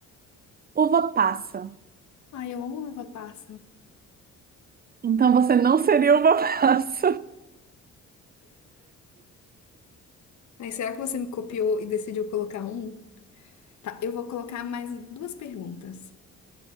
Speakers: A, on the right; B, on the left.
A: uva passa.
B: Ai, eu amo uva passa.
A: Então você não seria uva passa. <laughs>
B: Mas será que você me copiou e decidiu colocar um? Tá, eu vou colocar mais duas perguntas.